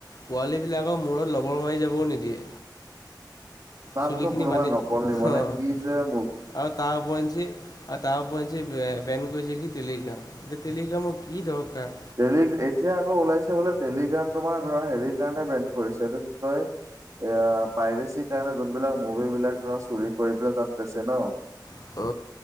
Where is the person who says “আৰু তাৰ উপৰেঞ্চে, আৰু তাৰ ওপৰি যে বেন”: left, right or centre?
Left